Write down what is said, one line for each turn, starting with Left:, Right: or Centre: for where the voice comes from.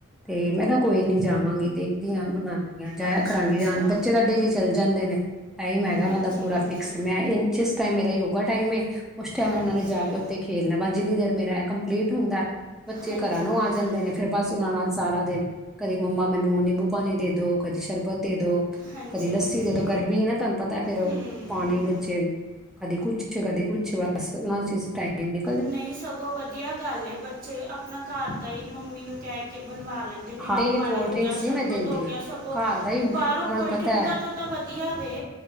Centre: ਤੇ ਮੈਂ ਨਾ ਕੋਈ ਨੀ ਜਾਵਾਂਗੀ, ਦੇਖਦੀ ਹਾਂ ਬਣਾਉ ਜਾਇਆ
Right: ਅੱਛਾ
Centre: ਕਰਾਂਗੀ,
Right: ਅੱਛਾ
Centre: ਜਾਂ ਬੱਚੇ ਤਾਂ ਡੇਲੀ ਚੱਲ ਜਾਂਦੇ ਨੇ। ਟਾਈਮ ਹੈਗਾ
Right: ਹਾਂਜੀ
Centre: ਉਹਨਾਂ ਦਾ ਪੂਰਾ
Right: ਹਾਂਜੀ
Centre: ਫਿਕਸ ਮੈਂ ਇਨ ਜਿਸ ਟਾਈਮ ਮੇਰਾ ਯੋਗਾ ਟਾਈਮ ਐ ਉਸ ਟਾਈਮ
Right: ਹਾਂਜੀ
Centre: ਉਹ ਨੇ ਜਾ ਕੇ ਉੱਥੇ ਖੇਲਣਾ ਬਸ ਜਿੰਨੀ ਦੇਰ ਮੇਰਾ ਕੰਪਲੀਟ ਹੁੰਦਾ ਐ, ਬੱਚੇ
Right: ਹਾਂਜੀ
Centre: ਘਰਾਂ ਨੂੰ
Right: ਹਾਂਜੀ
Centre: ਆ ਜਾਂਦੇ ਨੇ। ਫਿਰ ਬਸ ਉਹਨਾਂ ਨਾਲ ਸਾਰਾ ਦਿਨ, ਕਦੀ ਮੰਮਾ ਮੈਨੂੰ ਨਿੰਬੂ ਪਾਣੀ ਦੇ ਦੋ, ਕਦੀ ਸ਼ਰਬਤ ਦੇ ਦੋ।
Right: ਹਾਂਜੀ
Centre: ਕਦੀ ਲੱਸੀ
Right: ਹਾਂਜੀ
Centre: ਤੇ ਤਾਂ ਗਰਮੀ ਨਾ, ਤੁਹਾਨੂੰ ਪਤਾ ਫਿਰ
Right: ਹੂੰ
Centre: ਪਾਣੀ
Right: ਹੂੰ
Centre: ਬੱਚੇ ਕਦੀ ਕੁਛ ਕਦੀ ਕੁਛ ਬਸ ਉਨਾਂ ਚ ਟਾਈਮ ਨਿ
Right: ਨਹੀਂ ਸਗੋਂ ਵਧੀਆ ਗੱਲ ਏ ਬੱਚੇ ਆਪਣਾ ਘਰ ਦਾ ਹੀ ਮੰਮੀ ਨੂੰ ਕਹਿ ਕੇ ਬਣਵਾ ਲੈਣ ਨਿੰਬੂ
Centre: ਹਾਏ ਨੇ
Right: ਪਾਣੀ
Centre: ਕੋਲਡ
Right: ਹੋ
Centre: ਡਰਿੰਕਸ
Right: ਗਿਆ,
Centre: ਨਹੀਂ
Right: ਸ਼ਰਬਤ
Centre: ਮੈਂ ਦਿੰਦੀ
Right: ਹੋ ਗਿਆ, ਸਗੋਂ
Centre: ਘਰ ਦਾ ਹੀ ਉਹਨਾਂ
Right: ਬਾਹਰੋਂ ਕੋਲਡ
Centre: ਨੂੰ ਪਤਾ
Right: ਡਰਿੰਕਾਂ ਤੋਂ ਤਾਂ ਵਧੀਆ ਵੇ